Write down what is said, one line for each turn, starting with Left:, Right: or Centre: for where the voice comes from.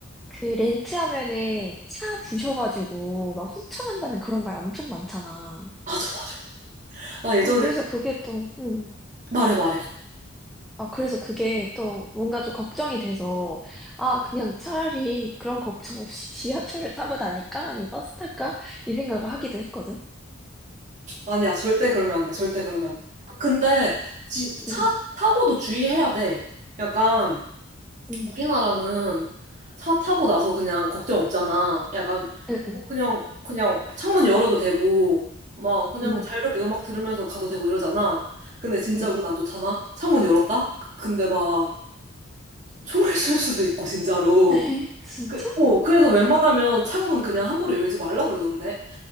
Centre: 그 렌트하면은 차 부셔가지고 막 훔쳐간다는 그런 말 엄청 많잖아.
Right: 맞아, 맞아. 나 예전에
Centre: 아, 그래서 그게 또, 음,
Right: 말해 말해.
Centre: 아, 그래서 그게 또 뭔가 좀 걱정이 돼서, 아, 그냥 차라리 그런 걱정 없이 <laughs> 지하철을 타고 다닐까? 아니면 버스 탈까? 이 생각을 하기도 했거든.
Right: 아니야, 절대 그러면 안 돼. 절대 그러면 안 돼. 근데 지, 차
Centre: 응
Right: 타고도 주의해야 돼. 약간
Centre: 응
Right: 우리나라는 차 타고 나서 그냥 걱정 없잖아. 약간
Centre: 응, 응,
Right: 뭐 그냥 그냥 창문 열어도 되고 막 그냥
Centre: 응,
Right: 자유롭게 음악 들으면서 가도 되고 이러잖아. 근데 진짜
Centre: 응.
Right: 운 안 좋잖아. 창문 열었다? 그- 근데 막 총을 <laughs> 쏠 수도 있고 진짜로.
Centre: <laughs> 에? 진짜?
Right: 그, 어, 그래서 웬만하면 창문 그냥 함부로 열지 말라 그러던데.